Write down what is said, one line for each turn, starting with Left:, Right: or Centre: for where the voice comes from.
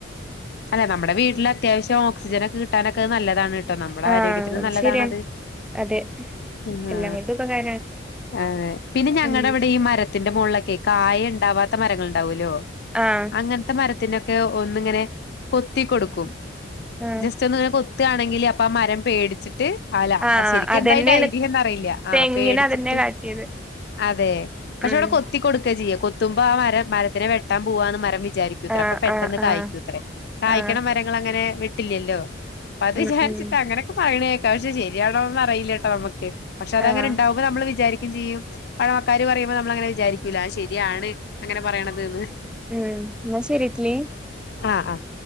Left: അല്ലെ നമ്മടെ വീട്ടില് അത്യാവിശ്യം <unintelligible> കിട്ടാനൊക്കെത് നല്ലതാണ്. ട്ടോ നമ്ളെ
Centre: ആഹ്
Left: ആരോഗ്യത്തിനും
Centre: അത്
Left: നല്ലതാണത്.
Centre: ശരിയാണ് അതെ
Left: ആ
Centre: എല്ലാം കൊണ്ടും ഉപകാരാണ്
Left: അതെ പിന്നെ ഞങ്ങടവിടെയെ
Centre: ഉം
Left: ഈ മരത്തിന്റെ മോൾള്ളൊക്കെയേ ണ്ടാവാത്ത മരങ്ങളുണ്ടാവൂലോ.
Centre: ആഹ്
Left: അങ്ങെൻത്തെ മര <inaudible> <unintelligible> ഒന്നിങ്ങനെ കൊത്തി കൊടുക്കും.
Centre: ആഹ്
Left: ജെസ്റ്റൊന്ന്‌ <unintelligible> ത്ത് ആണെങ്കിൽ അപ്പാമരം പേടിച്ചിട്ട് അല
Centre: ആഹ്
Left: ശെരിക്കെന്തായിന്റെ
Centre: അതന്നെയാണ്
Left: ഐഡിയ എന്നറിയില്ല. ആ
Centre: തെങ്ങിന്
Left: പേടിച്ചിട്ട്
Centre: അതന്നെ കാട്ടിയത്
Left: അതെ പക്ഷെ
Centre: ഉം
Left: അവിടെ കൊത്തി കൊടുക്ക ചെയ്യാ കൊത്തുമ്പോ ആ മരം മരത്തിനെ വെട്ടാൻ പോവാന്ന് മരം വിചാ ചാരിക്കുവത്രെ
Centre: ആഹ്
Left: അപ്പ പെട്ട്
Centre: ആഹ് ആഹ്
Left: കായിക്കൂത്രെ കായിക്കണ
Centre: ആഹ്
Left: മരങ്ങളങ്ങനെ ങ്ങനെ വെട്ടില്ലല്ലോ? പ്പത്
Centre: ഉം
Left: വിചാരിചിട്ട്
Centre: ഉം
Left: അങ്ങനൊക്കെ പറയണെ കേക്ക് ഇപ്രാശ്യം ശരിയാണോന്നൊന്നും അറിയില്ലാട്ടോ നമ്മക്ക്. പക്ഷേ അത്
Centre: ആഹ്
Left: അങ്ങനെണ്ടാവുമ്പോ നമ്മള് വിചാരി ക്കേം ചെയ്യും പഴമക്കാര് പറയുമ്പം നമ്മളങ്ങനെ വിചാരിക്കൂലേ അത് ശെരിയാണ് അങ്ങനെ പറയണതെന്ന്.
Centre: ഉം ഇന്നാ ശരി <unintelligible>
Left: ആഹ് ആഹ്